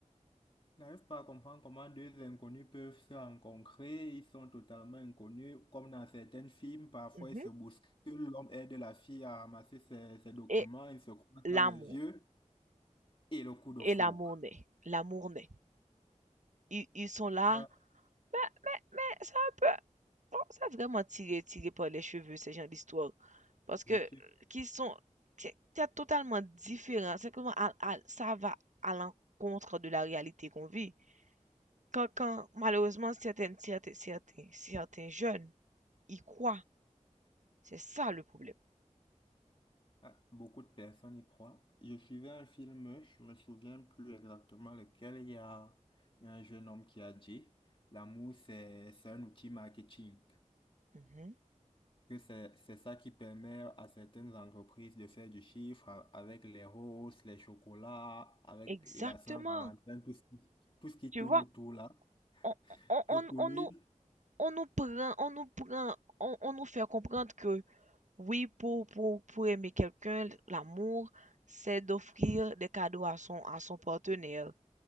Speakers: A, on the left; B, on the right.
A: je n'arrive pas à comprendre comment deux inconnus peuvent se rencontrer. Ils sont totalement inconnus. Comme dans certains films, parfois
B: Mhm.
A: ils se bousculent. L'homme aide la fille à ramasser ses, ses documents.
B: et
A: Ils se croisent
B: l'amour.
A: dans les yeux. Et le coup de
B: Et
A: foudre.
B: l'amour naît. L'amour naît. Ils, ils sont là.
A: Ah,
B: Mais, mais, mais ça peut... Bon, ça a vraiment tiré, tiré par les cheveux, ces gens d'histoire. Parce que,
A: je suis...
B: qu'ils sont... C'est c'est totalement différent. C'est comment ça va à l'encontre de la réalité qu'on vit. Quand, quand malheureusement, certaines, certains, certains, certains jeunes y croient, c'est ça le problème.
A: ah, beaucoup de personnes y croient. Je suivais un film, je me souviens plus exactement lequel. Il y a, il y a un jeune homme qui a dit, l'amour, c'est, c'est un outil marketing.
B: Mhm.
A: Que c'est, c'est ça qui permet à certaines entreprises de faire du chiffre a- avec les roses, les chocolats, avec
B: Exactement.
A: et la Saint-Valentin, tout ce qui, tout ce qui
B: Tu
A: tourne
B: vois,
A: autour là.
B: on, on,
A: Que
B: on,
A: pour
B: on
A: lui,
B: nous, on nous prend, on nous prend, on, on nous fait comprendre que oui, pour, pour, pour aimer quelqu'un, l'amour, c'est d'offrir des cadeaux à son, à son partenaire.